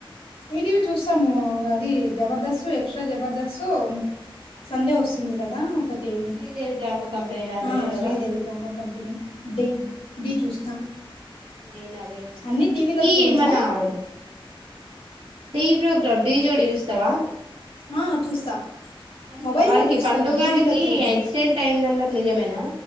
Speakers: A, on the left; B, on the right.
A: ఈటీవీ చూస్తాము అది జబర్దస్త్ ఎక్స్ట్రా జబర్దస్త్ సండే ఒస్తుంది కదా ఒకటి
B: శ్రీదేవి డ్రామా కంపెనీ లాంటివి
A: ఆ
B: చూడవా
A: శ్రీదేవి రామా కంపెనీ డి డీ చూస్తాం
B: నేన్ అదే యూస్తా
A: అన్ని టీవీలో
B: ఈ
A: చూడము
B: మన టి డీ ప్రోగ్రామ్ డీ జోడి జూస్తవా
A: ఆ చూస్తా
B: అ
A: మొబైల్లో
B: వాడికి
A: చూస్తాను
B: పండుగనికి
A: టీవీలో చూడను
B: యాక్సిడెంట్ అయిందన్నరు నిజమేనా